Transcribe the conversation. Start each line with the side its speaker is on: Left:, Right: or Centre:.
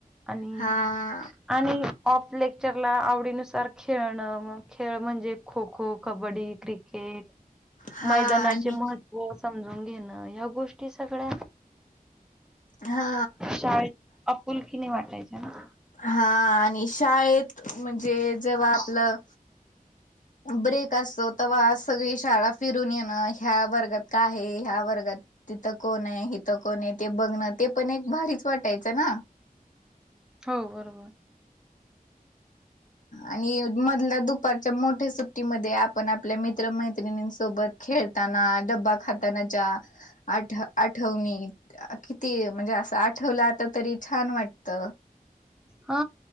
Centre: आणि
Left: हा
Centre: आणि ऑफ लेक्चरला आवडीनुसार खेळणं मग खेळ म्हणजे खो खो कबड्डी क्रिके केट
Left: हा
Centre: मैदानाचे
Left: आणि
Centre: महत्त्व समजून घेणं या गोष्टी सगळ्या
Left: हा
Centre: शाळेत अपुलकीने वाटायच्या ना
Left: हा आणि शाळेत म्हणजे जेव्हा आपलं
Centre: <inaudible>
Left: ब्रेक असतो तवा आत सगळी शाळा फिरून येणं ह्या वर्गात का आहे ह्या वर्गात तिथं कोण आहे हिथं कोण आहे ते बघणं ते पण एक भारीच वाटायचं ना
Centre: हो बरोबर
Left: आणि मधल्या दुपारच्या मोठ्या सुट्टीमध्ये आपण आपल्या मित्रमैत्रिणींसोबत खेळताना डब्बा खाताना च्या आठ आठवणी अ. किती म्हणजे असं आठवलं आता तरी छान वाटत
Centre: हा